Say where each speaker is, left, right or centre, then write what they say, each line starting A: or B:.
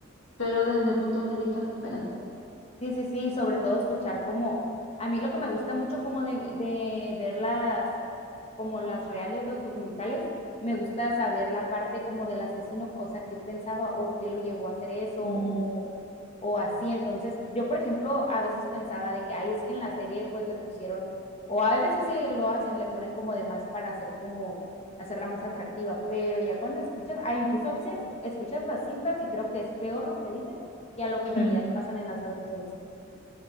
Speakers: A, on the left (about 70°); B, on the left (about 30°).
A: pero desde puntos de vista diferentes.
B: Sí, sí, sí, y sobre todo escuchar como, a mí lo que me gusta mucho como de, de ver las, como las reales, los documentales, me gusta saber la parte como del asesino, o sea, qué pensaba o qué lo llevó a hacer eso
A: Ujú.
B: o, o así. Entonces, yo, por ejemplo, a veces pensaba de que, ay, es que en la serie pues le pusieron, o a veces sí lo hacen, le ponen como de más para hacer como, hacerla más atractiva, pero ya cuando escuchas, ah, incluso a veces escuchas las cintas y creo que es peor lo que dicen que a lo que
A: <laughs>
B: en realidad pasan en las otras series.